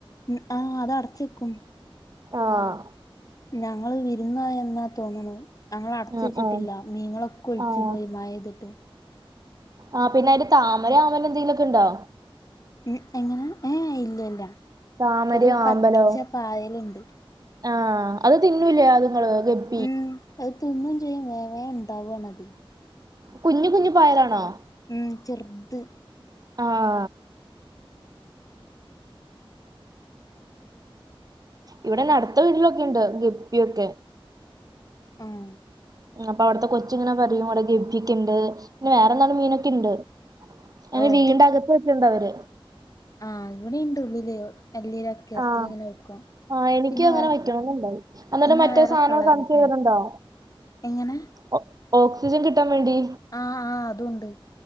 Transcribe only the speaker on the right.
ആഹ്
ആഹ് ആഹ്
ആഹ്
ആഹ് പിന്നെ അയ്‌ല് താമര ആമ്പല് എന്തെങ്കിലൊക്കെ ഇണ്ടോ
താമരയോ
ആമ്പലോ
ആഹ് അത് തിന്നൂലെ അതുങ്ങള് ഗപ്
കുഞ് കുഞ് പായലാണോ
ആഹ് ഇവിടല്ല അട്ത്ത വീട്ട്ലൊക്കെ ഇണ്ട് ഗപ്പൊക്കെ
ഉം അപ്പ അവട്ത്തെ കൊച്ച്ങ്ങനെ പറയും അവിടെ ഗപ്പ്യക്കെ ഇണ്ട് പിന്നെ വേറെ എന്താണ്ട് മീനൊക്കെ ഇണ്ട് അഅ്
വീടിന്റെ അകത്ത് വെച്ച്ണ്ട് അവര്
ആഹ്
ആഹ് എനിക്ക്
അങ്ങനെ
വെക്കണന്നുണ്ടായി എന്നട്ട്
മറ്റേ
സാധനങ്ങ
കണക്കെയ്തിട്ടുണ്ടോ
ഓ ഓക്സിജൻ കിട്ടാൻ വേണ്ടി